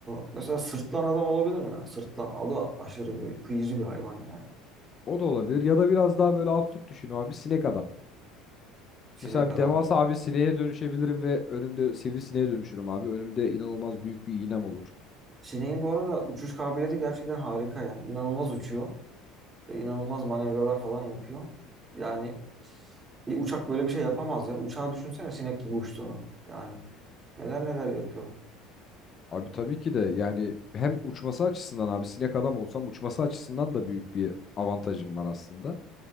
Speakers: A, on the right (about 25°); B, on the left (about 40°).
A: e, mesela sırtlan adam olabilir mi? Sırtlan. O da aşırı bir kıyıcı bir hayvan yani.
B: O da olabilir. Ya da biraz daha böyle absürt düşün abi sinek adam.
A: Sinek
B: Mesela
A: adam.
B: bir devasa abi sineğe dönüşebilirim ve önümde sivrisineğe dönüşürüm abi. Önümde inanılmaz büyük bir iğnem olur.
A: Sineğin bu arada uçuş kabiliyeti gerçekten harika yani. İnanılmaz uçuyor ve inanılmaz manevralar falan yapıyor. Yani bir uçak böyle bir şey yapamaz ya. Uçağı düşünsene sinek gibi uçtuğunu. Yani neler neler yapıyor.
B: Abi tabii ki de yani hem uçması açısından abi sinek adam olsam uçması açısından da büyük bir avantajım var aslında.